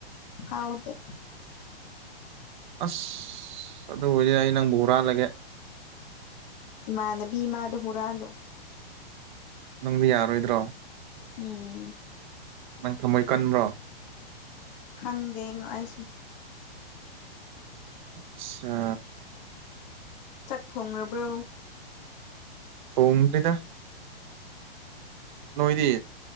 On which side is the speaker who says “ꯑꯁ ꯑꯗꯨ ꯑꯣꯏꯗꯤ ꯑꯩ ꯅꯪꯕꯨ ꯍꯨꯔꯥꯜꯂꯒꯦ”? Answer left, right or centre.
Right